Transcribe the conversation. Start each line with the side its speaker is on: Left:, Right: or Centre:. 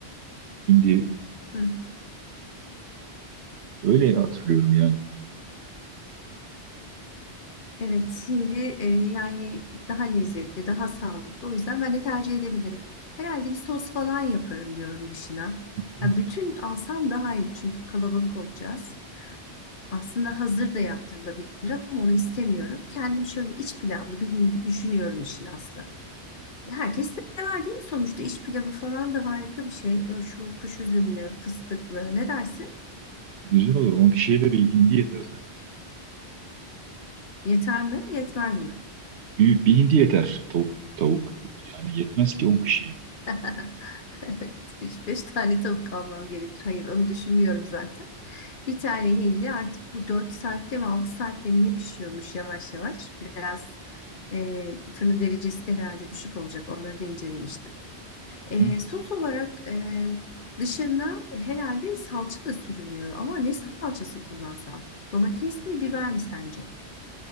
Right: hindi.
Left: hı.
Right: Öyle hatırlıyorum yani.
Left: Evet, şimdi e, yani daha lezzetli, daha sağlıklı. O yüzden ben de tercih edebilirim. Herhalde bir sos falan yaparım diyorum dışına.
Right: Hı.
Left: Ya bütün alsam daha iyi çünkü kalabalık olacağız. Aslında hazır da yaptırılabilir ama onu istemiyorum. Kendim şöyle iç pilavlı bir hindi düşünüyorum işin aslı. Ya Herkes de sever değil mi sonuçta? iç pilavı falan da harika bir şey. Ö, Şu kuş üzümlü, fıstıklı ne dersin?
Right: Güzel olur. 10 kişiye de bir hindi yeter zaten.
Left: Yeter mi? Yetmez mi?
Right: Büyük bir hindi yeter. Tavuk tavuk yani yetmez ki 10 kişiye.
Left: <laughs> Evet, üç beş tane tavuk almam gerekir. Hayır, onu düşünmüyorum zaten. Bir tane hindi artık bu dört saatte mi altı saatte mi ne pişiyormuş yavaş yavaş. Biraz e, fırının derecesi de herhalde düşük olacak. Onları da incelemiştim.
Right: Hı.
Left: E, sos olarak e, dışına herhalde salça da sürülüyor. Ama ne salçası kullansam? Domates mi biber mi sence?